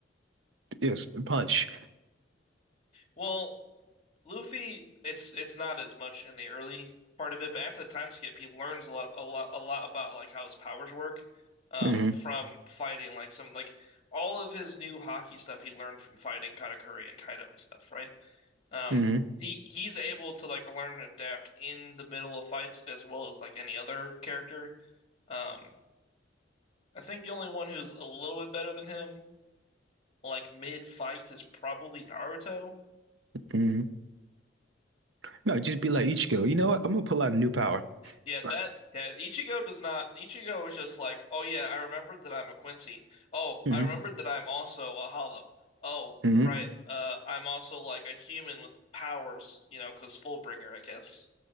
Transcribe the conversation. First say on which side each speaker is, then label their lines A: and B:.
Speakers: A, on the right (about 80°); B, on the left (about 35°).
A: yes, punch.
B: Well, Luffy, it's it's not as much in the early part of it, but after the time skip, he learns a lot a lot a lot about like how his powers work um
A: hmm
B: from fighting like some like all of his new hockey stuff he learned from fighting Katakuri and Kaido and stuff, right? Um
A: hmm
B: he he's able to like learn and adapt in the middle of fights as well as like any other character. Um I think the only one who's a little bit better than him like mid fight is probably Naruto.
A: hmm No, just be like Ichigo. You know what? I'm gonna pull out a new power.
B: Yeah, that
A: <laughs>
B: yeah, Ichigo does not Ichigo is just like, oh yeah, I remember that I'm a Quincy. Oh,
A: hmm
B: I remember that I'm also a Hollow. Oh,
A: hmm
B: right. Uh I'm also like a human with powers, you know, because Fullbringer, I guess.